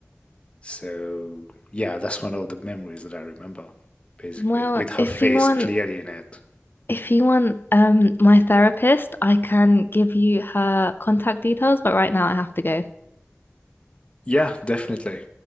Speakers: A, on the left; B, on the left.
A: So yeah, that's one of the memories that I remember, basically,
B: Well,
A: with her
B: if
A: face
B: you want,
A: clearly in it.
B: if you want, um, my therapist, I can give you her contact details, but right now I have to go.
A: Yeah, definitely.